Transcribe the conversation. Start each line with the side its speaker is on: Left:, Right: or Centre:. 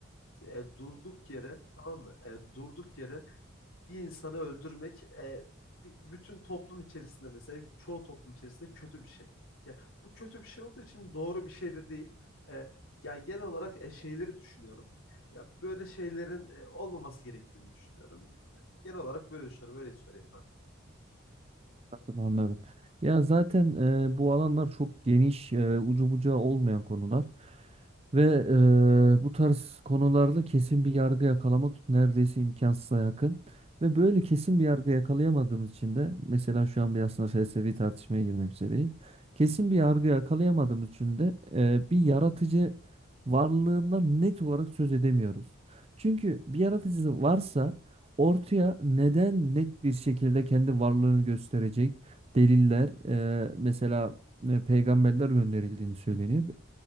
Left: E, durduk yere tamam mı? E, durduk yere bir insanı öldürmek e, bi- bütün toplum içerisinde mesela çoğu toplum içerisinde kötü bir şey. Yani bu kötü bir şey olduğu için doğru bir şey de değil. E, yani genel olarak e, şeyleri düşünüyorum. Ya böyle şeylerin e, olmaması gerektiğini düşünüyorum. Genel olarak böyle düşünüyorum. Öyle söyleyeyim. kanka.
Right: Anladım. anladım. Ya zaten e, bu alanlar çok geniş, e, ucu bucağı olmayan konular ve e, bu tarz konularda kesin bir yargı yakalamak neredeyse imkansıza yakın. Ve böyle kesin bir yargı yakalayamadığımız için de mesela şu an bir aslında felsefi tartışmaya girmek üzereyiz. Kesin bir yargı yakalayamadığımız için de e, bir yaratıcı varlığından net olarak söz edemiyoruz. Çünkü bir yaratıcı varsa Ortaya neden net bir şekilde kendi varlığını gösterecek deliller e, mesela e, peygamberler gönderildiğini söyleniyor.